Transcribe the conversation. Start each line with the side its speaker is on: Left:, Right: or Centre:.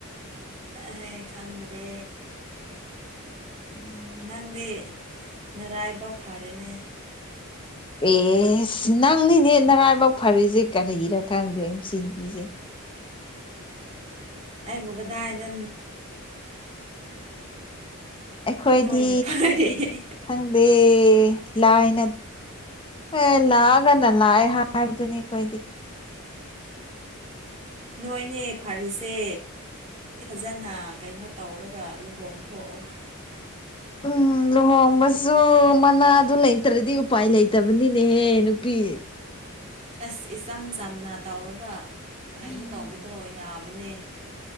Right: ꯑꯍꯦ ꯈꯪꯗ꯭ꯔꯦ
Left: <unintelligible>
Right: ꯅꯪꯗꯤ ꯅꯔꯥꯏꯕꯛ ꯐꯔꯦꯅꯦ
Left: ꯑꯦꯁ ꯅꯪꯅꯤꯅꯦ ꯅꯔꯥꯏꯕꯛ ꯐꯔꯤꯁꯦ ꯀꯔꯤꯒꯤꯔꯥ ꯈꯪꯗꯦ ꯃꯥꯁꯤ ꯅꯨꯄꯤꯁꯦ
Right: ꯑꯩꯕꯨ ꯀꯗꯥꯏꯗ
Left: ꯑꯩꯈꯣꯏꯗꯤ
Right: ꯅꯣꯏꯅ ꯐꯔꯦ
Left: ꯈꯪꯗꯦ ꯂꯥꯏꯅ ꯑꯦ ꯂꯥꯛꯑꯒꯅ ꯂꯥꯛ ꯍꯥꯏꯕꯗꯨꯅꯤ ꯑꯩꯈꯣꯏꯗꯤ
Right: ꯅꯣꯏꯅꯦ ꯐꯔꯤꯁꯦ ꯐꯖꯅ ꯀꯩꯅꯣ ꯇꯧꯔꯒ ꯂꯨꯍꯣꯡꯊꫭꯛꯑꯣ
Left: ꯎꯝ ꯂꯨꯍꯣꯡꯕꯁꯨ ꯃꯅꯥ ꯑꯗꯨ ꯂꯩꯇ꯭ꯔꯗꯤ ꯎꯄꯥꯏ ꯂꯩ ꯇꯕꯅꯤꯅꯦꯍꯦ ꯅꯨꯄꯤ
Right: ꯑꯁ ꯏꯆꯝ ꯆꯝꯅ ꯇꯧꯔꯒ ꯀꯩꯅꯣ
Left: ꯎꯝ
Right: ꯇꯧꯕꯗꯣ ꯌꯥꯕꯅꯦ